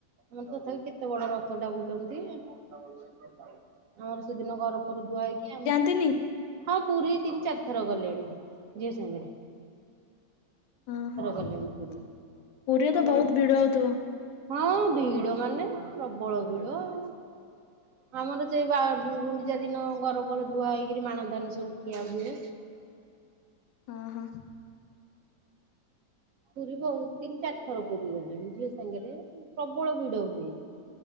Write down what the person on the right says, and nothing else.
ଆମର ତଥାପି କେତେ ବଡ ରଥ ଟା ବୁଲନ୍ତି ଆମର ସେଦିନ ଘର ପରେ ଧୁଆ ହେଇକି ଆମ
ହଁ ପୁରୀ ତିନି ଚାରି ଥର ଗଲେଣି ଝିଅ ସାଙ୍ଗେରେ
ଗଲେଣି ପୁରୀ
ଆମର
ହଁ ଭିଡ ମାନେ ପ୍ରବଳ ଭିଡ ଆଉ ଆମର ସେଇ ବା ଗୁଣ୍ଡିଚା ଦିନ ଘର ପର ଧୁଆ ହେଇକିରି ମାଣ ଧାନ ସବୁକିଆ <unintelligible> ହୁଏ
ପୁରୀ ବହୁତ ତିନି ଚାରି ଥର ପୁରୀ ଗଲେଣି ଝିଅ ସାଙ୍ଗରେ ପ୍ରବଳ ଭିଡ ହୁଏ।